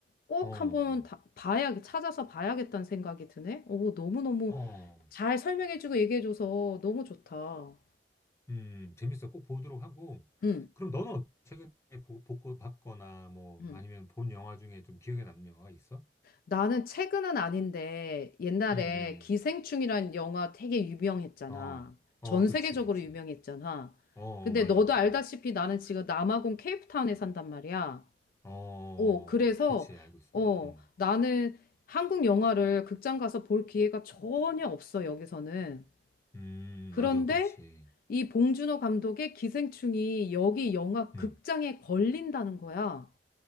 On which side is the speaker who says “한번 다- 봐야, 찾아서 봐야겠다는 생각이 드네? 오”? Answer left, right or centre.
Left